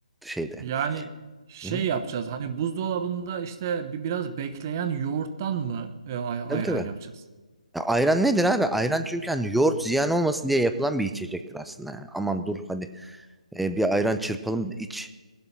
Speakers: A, in the centre; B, on the right.
A: şeyde.
B: Yani şey
A: Hı-hı.
B: yapacağız hani buzdolabında işte bi- biraz bekleyen yoğurttan mı e, ay-
A: Tabii
B: ayran
A: tabii.
B: yapacağız?
A: Ya ayran nedir abi? Ayran çünkü hani yoğurt ziyan olmasın diye yapılan bir içecektir aslında yani. Aman dur hadi e, bir ayran çırpalım da iç.